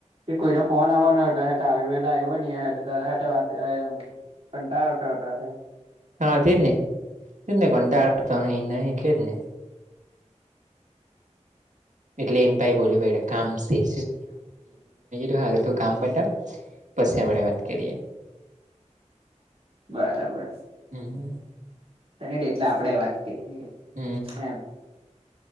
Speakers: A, on the right (about 50°); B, on the right (about 80°).
A: એ કોઈને ફોન આવવા ન હતો આવી પલે આવ ન ત વાત પણ ક આવટોટ હ
B: હા તેર ને તે ને કોતા તો અ ન એટલે જ ને એટલે એને ભાઈ બોલ્યું કામ સે <unintelligible> તું કામ પતાવ પછી આપડે વાત કરીએ
A: બરાબર
B: હમ્મ
A: તને એટલે આપડે વાત કરી
B: હ
A: એમ